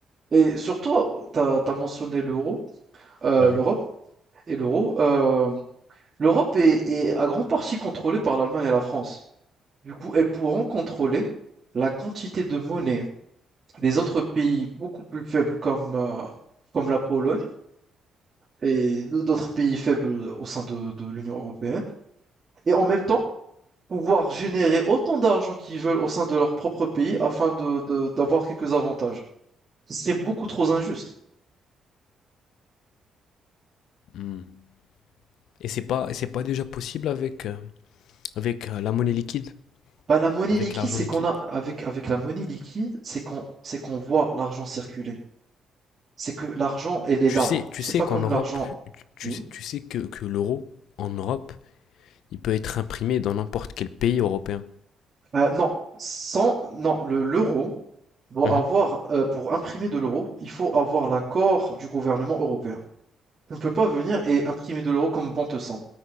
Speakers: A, on the right (about 40°); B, on the left (about 80°).
A: Et surtout, t'as, t'as mentionné l'euro, euh,
B: Mhm.
A: l'Europe et l'euro. euh, l'Europe est, est à grande partie contrôlée par l'Allemagne et la France. Du coup, elles pourront contrôler la quantité de monnaie des autres pays beaucoup plus faibles comme, euh, comme la Pologne et d'autres pays faibles au sein de, de l'Union européenne. Et en même temps, pouvoir générer autant d'argent qu'ils veulent au sein de leur propre pays afin de, de- d'avoir quelques avantages. c'est beaucoup trop injuste.
B: Mm. Et c'est pas, et c'est pas déjà possible avec, euh, avec euh, la monnaie liquide,
A: Bah, la monnaie
B: avec
A: liquide,
B: l'argent
A: c'est
B: liquide.
A: qu'on a, avec, avec la monnaie liquide, c'est qu'on, c'est qu'on voit l'argent circuler. C'est que l'argent, elle est
B: Tu
A: là.
B: sais, tu
A: C'est
B: sais
A: pas
B: qu'en
A: comme
B: Europe,
A: l'argent,
B: tu,
A: oui.
B: tu sais que, que l'euro, en Europe, il peut être imprimé dans n'importe quel pays européen.
A: Euh, non, sans, non, le, l'euro, doit
B: Mhm.
A: avoir, euh, pour imprimer de l'euro, il faut avoir l'accord du gouvernement européen. Tu ne peux pas venir et imprimer de l'euro comme bon te semble.